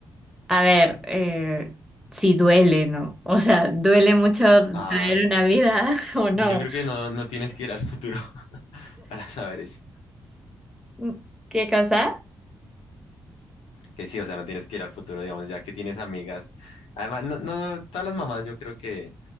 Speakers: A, in the centre; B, on the left.
A: a ver, eh, si duele, ¿no? O sea, ¿duele mucho traer
B: Ah,
A: una vida <laughs> o
B: yo
A: no?
B: creo que no, no tienes que ir al futuro <laughs> para saber eso.
A: Mm, ¿Qué cosa?
B: Que sí, o sea, no tienes que ir al futuro, digamos, ya que tienes amigas. Además, no, no, todas las mamás yo creo que